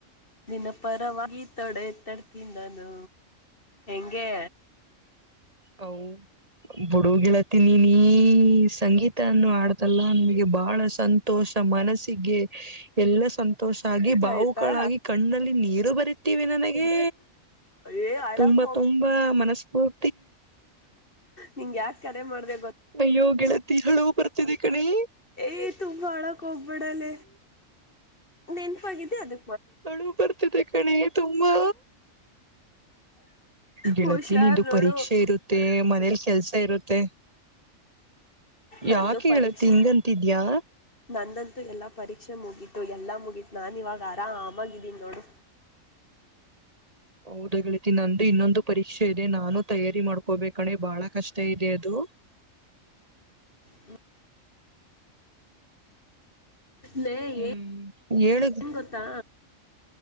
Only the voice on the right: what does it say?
ಹೌ ಬುಡುಗಿಳತಿನಿ ನೀ ಸಂಗೀತನ್ನು ಆಡ್ತಲ್ಲಾ ನಮಗೆ ಬಹಳ ಸಂತೋಷ ಸಮಾನಸ ಗೆ ಎಲ್ಲ ಸಂತೋಷ ಆಗಿ ಬಾವುಕಳಾಗಿ
ಕಣ್ಣಲ್ಲಿ ನೀರು ಬರಿತೀವಿ ನನಗೆ
ತುಂಬಾ ತುಂಬಾ ಮನಸ್ಪೂರ್
ಅಯ್ಯೋ ಗೆಳತಿ ಹಳೂ ಬರ್ತಿದೆ ಕಣಿ
ಹಳು ಬರ್ತಿದೆ ಕಣೆ ತುಂಬಾ ಗೆಳತನಂದು
ಪರೀಕ್ಷೆ ಇರುತ್ತೆ ಮನೇಲಿ ಕೆಲ್ಸ ಇರುತ್ತೆ
ಯಾಕೆ
ಹೇಳತ್ತೆ ಹಿಂಗಂತಿದ್ಯಾ
ಹೌದ ಹೇತಿ ನಂದು ಇನ್ನೊಂದು ಪರೀಕ್ಷೆ ಇದೆ ನಾನು ತಯಾರಿ ಮಾಡ್ಕೋಬೇಕಣೆ ಬಹಳ ಕಷ್ಟ ಇದೆ ಅದು
ಹ್ಮ್
ಏಳು